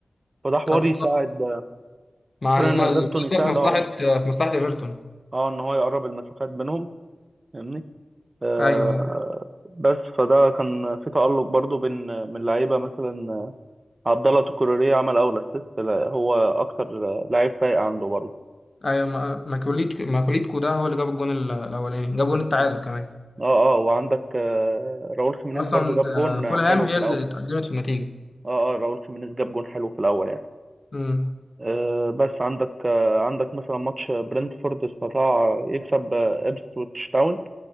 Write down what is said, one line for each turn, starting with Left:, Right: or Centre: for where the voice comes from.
Right: فده حوار
Left: كابو
Right: يساعد
Left: مع
Right: كون
Left: الم-
Right: إن إيفرتون
Left: الفوز
Right: يساعد
Left: ده في مصلحة
Right: أه
Left: في مصلحة ايفرتون
Right: أه إن هو يقرب المسافات بينهم فاهمني آه
Left: ايوه
Right: بس فده كان في تألق برضو بين من لعيبة مثلا عبد الله تكوريه عمل أول أسيست هو أكتر لعيب فايق عنده برضه
Left: ايوه ما- ماكوليت ماكوليتكو ده هو اللي جاب الجون ال- الاولاني جاب جون
Right: م-
Left: التعادل
Right: م.
Left: كمان
Right: اه اه وعندك آه، راؤول خيمينيز
Left: اصلا
Right: برضو جاب جون
Left: آه، فولهام
Right: حلو
Left: هي
Right: في الاول
Left: اللي اتقدمت في النتيجه
Right: اه اه راؤول خيمينيز جاب جون حلو في الاول يعني
Left: امم
Right: آه بس عندك آه عندك مثلا ماتش برنتفورد استطاع يكسب آه، إبسويتش تاون